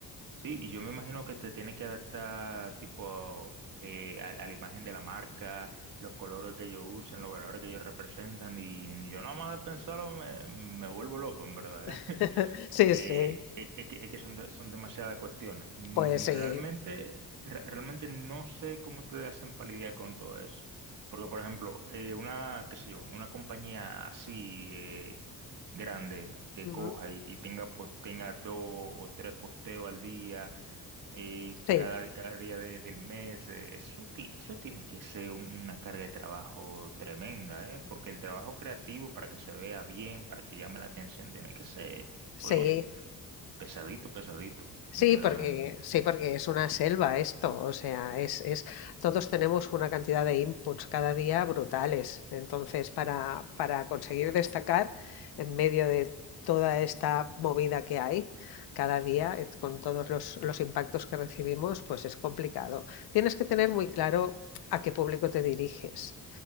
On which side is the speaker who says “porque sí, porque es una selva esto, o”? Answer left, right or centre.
Left